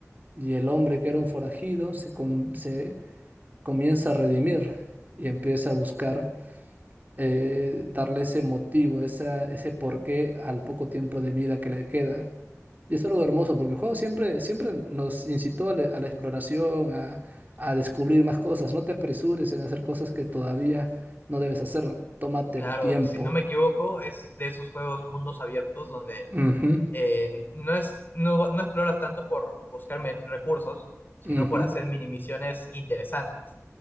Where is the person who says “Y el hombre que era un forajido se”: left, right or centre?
Right